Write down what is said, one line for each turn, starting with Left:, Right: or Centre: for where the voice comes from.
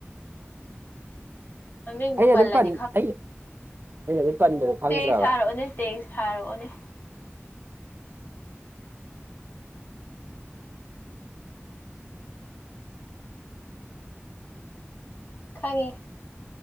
Left: ꯃꯃꯤꯡꯗꯣ
Right: ꯑꯩꯅ
Left: ꯄꯜꯂꯗꯤ
Right: ꯗꯨꯝ ꯄꯟ ꯑꯩ ꯑꯩꯅ ꯗꯨꯝ ꯄꯟꯕꯗꯣ ꯈꯪꯗ꯭ꯔꯕ
Left: ꯇꯦꯁ ꯊꯥꯔꯛꯑꯣꯅꯦ ꯇꯦꯁ ꯊꯥꯔꯛꯑꯣꯅꯦ ꯈꯪꯉꯤ